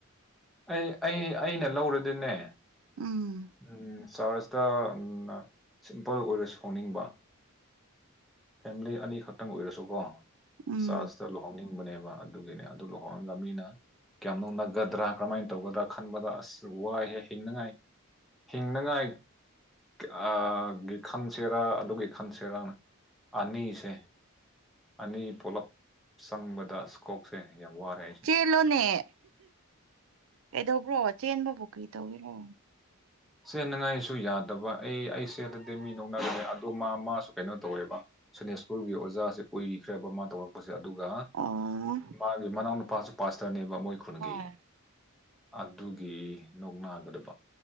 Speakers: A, in the centre; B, on the right.
A: ꯑꯩ ꯑꯩ ꯑꯩꯅ ꯂꯧꯔꯗꯤꯅꯦ
B: ꯎꯝ
A: ꯎꯝ ꯆꯥꯔꯖꯇ ꯎꯝꯅ ꯁꯤꯝꯄꯜ ꯑꯣꯏꯔ ꯁꯥꯎꯅꯤꯡꯕ ꯐꯦꯃ꯭ꯂꯤ ꯑꯅꯤꯈꯛꯇꯪ ꯑꯣꯏꯔꯁꯨꯀꯣ
B: ꯎꯝ
A: ꯆꯥꯔꯖꯇ ꯂꯨ ꯍꯣꯡꯅꯤꯡꯕꯅꯦꯕ ꯑꯗꯨꯒꯤꯅꯦ ꯑꯗꯨ ꯂꯨꯍꯣꯡꯉꯒ ꯃꯤꯅ ꯀꯌꯥꯝ ꯅꯣꯛꯅꯒꯗ꯭ꯔꯥ ꯀꯃꯥꯏꯟ ꯇꯧꯒꯗ꯭ꯔꯥ ꯈꯟꯕꯗ ꯑꯁ ꯋꯥꯏꯍꯦ ꯍꯤꯡꯅꯉꯥꯏ ꯍꯤꯡꯅꯉꯥꯏ-ꯒꯤ ꯑꯥ ꯒꯤ ꯈꯟꯁꯦꯔꯥ ꯑꯗꯨꯒꯤ ꯈꯟꯁꯦꯔꯥꯅ ꯑꯅꯤꯁꯦ ꯑꯅꯤ ꯄꯨꯂꯞ ꯆꯪꯕꯗ ꯀꯣꯛꯁꯦ ꯌꯥꯝ ꯋꯥꯔꯦ ꯑꯩ
B: ꯆꯦꯂꯣꯅꯦ ꯀꯩꯗꯧꯕ꯭ꯔꯣ ꯆꯦꯟꯕꯕꯨ ꯀ꯭ꯔꯤ ꯇꯧꯒ‌ꯦꯔꯣ
A: ꯆ‌ꯦꯟꯅꯉꯥꯏꯁꯨ ꯌꯥꯗꯕ ꯑꯩ ꯑꯩ ꯆ‌ꯦꯜꯂꯗꯤ ꯃꯤ ꯅꯣꯛꯅꯒꯅ‌ꯦ ꯑꯗꯣ ꯃꯥ ꯃꯥꯁꯨ ꯀꯩꯅꯣ ꯇꯧꯋꯦꯕ ꯁ‌ꯦꯅꯦꯛ ꯁ꯭ꯀꯨꯜꯒꯤ ꯑꯣꯖꯥꯁꯦ ꯀꯨꯏꯈ꯭ꯔꯦꯕ ꯃꯥ ꯇꯧꯔꯛꯄꯁꯦ ꯑꯗꯨꯒ
B: ꯑꯣ
A: ꯃꯥꯒꯤ ꯃꯅꯥꯎ ꯅꯨꯨꯄꯥꯁꯨ ꯄꯥꯁꯇꯔꯅꯦꯕ ꯃꯣꯏ ꯈꯨꯟꯒꯤ
B: ꯍꯣꯏ
A: ꯑꯗꯨꯒꯤ ꯅꯣꯛꯅꯒꯗꯕ